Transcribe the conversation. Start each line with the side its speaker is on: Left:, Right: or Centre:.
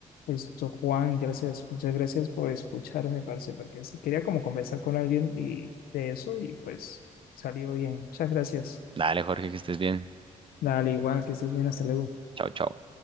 Left: esto, Juan, gracias, muchas gracias por escucharme, parce, porque sí quería como conversar con alguien y de eso y pues salió bien. Muchas gracias.
Right: dale Jorge, que estés bien.
Left: Dale, igual, que estés bien, hasta luego.
Right: Chao, chao.